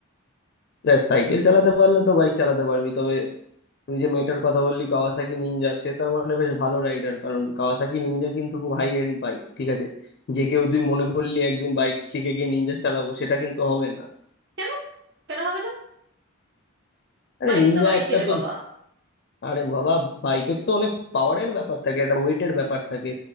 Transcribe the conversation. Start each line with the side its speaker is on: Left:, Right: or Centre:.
Left: দেখ সাইকেল চালাতে পারলে তো বাইক চালাতে পারবি তবে তুই যে মেয়েটার কথা বললি কাওয়াসাকি নিনজা সে তার মানে বেশ ভালো রাইডার কারণ কাওয়াসাকি নিনজা কিন্তু খুব হাই এন্ড বাইক ঠিক আছে যে কেউ তুই মনে করলি একদিন বাইক শিখে গিয়ে নিনজা চালাবো সেটা কিন্তু হবে না
Right: কেন কেন হবে না
Left: আরে
Right: বাইক
Left: নিনজা
Right: তো বাইকেরে
Left: একটা তোর
Right: বাবা
Left: আরে বাবা বাইকের তো অনেক পাওয়ারের ব্যাপার থাকে একটা ওয়েটের ব্যাপার থাকে